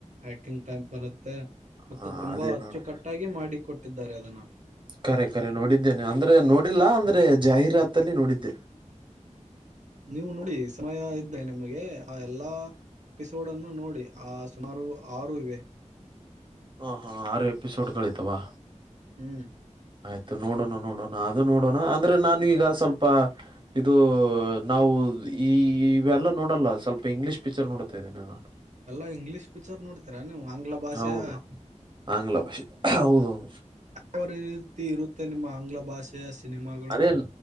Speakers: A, on the right (about 70°); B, on the right (about 40°).
A: ಯಾಕಿನ ಟೈ ಬರುತ್ತೆ ಮತ್ತು
B: ಹ
A: ತುಂಬಾ
B: ಅದೇ
A: ಅಚ್ಚು
B: ನೋಡಿ
A: ಕಟ್ಟ ಒಟ್ಟಾಗಿ ಮಾಡಿ ಕೊಟ್ಟಿದ್ದಾರೆ ಅದನ್ನ.
B: ಕರೆ ಕರೆ ನೋಡಿದ್ದೇನೆ ಅಂದ್ರೆ ನೋಡಿಲ್ಲಾ ಅಂದ್ರೆ ಜಾಹೀರಾತಲ್ಲಿ ನೋಡಿದ್ದೆ.
A: ನೀವು ನೋಡಿ ಸಮಯ ಇದ್ದೆ ನಿಮ್ಗೆ ಆ ಎಲ್ಲಾ ಎಪಿಸೋಡ್ ಅನ್ನು ನೋಡಿ ಆ ಸುಮಾರು ಆರು ಇವೆ.
B: ಹಾ ಹಾ ಆರು ಎಪಿಸೋಡ್ಗಳಿದಾವ?
A: <unintelligible>
B: ಆಯ್ತು ನೋಡೋಣ ನೋಡೋಣ ಅದು ನೋಡೋಣ ಅಂದ್ರೆ ನಾನು ಈಗ ಸ್ವಲ್ಪ ಇದು ನಾವು ಈ ಇವೆಲ್ಲ ನೋಡಲ್ಲ ಸ್ವಲ್ಪ ಇಂಗ್ಲಿಷ್ ಪಿಕ್ಚರ್ ನೋಡ್ತನೆ ನಾನು
A: ಎಲ್ಲಾ ಇಂಗ್ಲಿಷ್ ಪಿಕ್ಚರ್ ನೋಡ್ತೀರಾ ನೀವು ಆಂಗ್ಲ ಭಾಷೆಯ
B: ಹೌದು ಆಂಗ್ಲ ಭಾಷೆ ಹೌದೌದು.
A: ಅವರ ರೀತಿ ಇರುತ್ತೆ ನಿಮ್ಮ ಆಂಗ್ಲ ಭಾಷೆಯ ಸಿನಿಮಾಗ
B: ಅದೇ